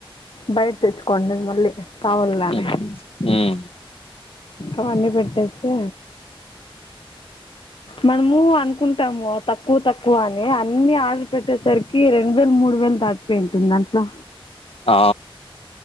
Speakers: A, on the left; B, on the left.
A: బయట తెచ్చుకోండి మళ్ళీ కావాలని
B: ఉమ్ ఉమ్
A: అవన్నీ పెట్టేస్తే మనము అనుకుంటాము తక్కువ తక్కువ అని అన్ని ఆర్డర్ పెట్టేసరికి రెండు వేలు మూడు వేలు దా టీపెంటు దాంట్లో
B: ఆ